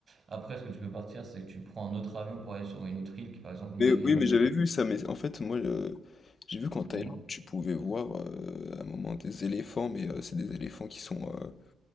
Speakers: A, on the right; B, on the left.
A: Après, ce que tu peux partir, c'est que tu prends un autre avion pour aller sur une autre île. Qui, par exemple, nous,
B: Mais
A: on a
B: oui,
A: fait une île
B: mais
A: qui s'appelait.
B: j'avais vu ça, mais en fait, moi, heu, j'ai vu qu'en Thaïlande,
A: Dis-moi.
B: tu pouvais voir, heu, à un moment des éléphants, mais heu, c'est des éléphants qui sont, heu,